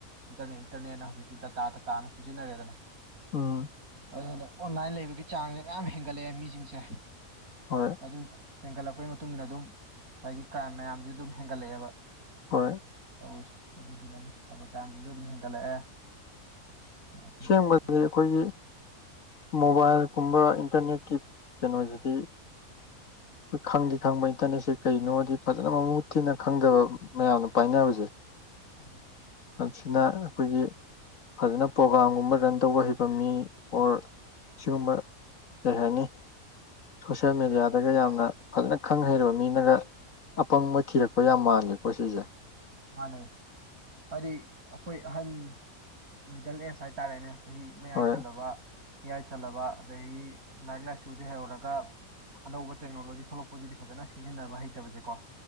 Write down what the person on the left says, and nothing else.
ꯑꯣ
ꯍꯣꯏ
ꯍꯣꯏ
ꯑꯁꯦꯡꯕꯗꯤ
ꯑꯩꯈꯣꯏꯒꯤ ꯃꯣꯕꯥꯏꯜꯒꯨꯝꯕ ꯏꯟꯇꯔꯅꯦꯠꯀꯤ ꯀꯩꯅꯣꯁꯤꯗꯤ ꯑꯩꯈꯣꯏ ꯈꯪꯗꯤ ꯈꯪꯕ ꯏꯟꯇꯔꯅꯦꯠꯁꯦ ꯀꯩꯅꯣꯗꯤ ꯐꯖꯅ ꯃꯃꯨꯠ ꯊꯤꯅ ꯈꯪꯗꯕ ꯃꯌꯥꯝꯅ ꯄꯥꯏꯅꯕꯁꯤꯅꯤ
ꯃꯁꯤꯅ ꯑꯩꯈꯣꯏꯒꯤ ꯐꯖꯅ ꯄ꯭ꯔꯣꯒꯥꯝꯒꯨꯝꯕ ꯔꯟ ꯇꯧꯕ ꯍꯩꯕ ꯃꯤ ꯑꯣꯔ ꯁꯤꯒꯨꯝꯕ ꯀꯩ ꯍꯥꯏꯅꯤ ꯁꯣꯁꯤꯌꯦꯦꯜ ꯃꯦꯗꯤꯌꯥꯗꯒ ꯌꯥꯝꯅ ꯐꯖꯅ ꯈꯪ ꯍꯩꯔꯕ ꯃꯤꯅꯒ ꯑꯄꯪꯕ ꯊꯤꯔꯛꯄ ꯌꯥꯝ ꯃꯥꯜꯂꯦꯀꯣ ꯁꯤꯁꯦ
ꯍꯣꯏ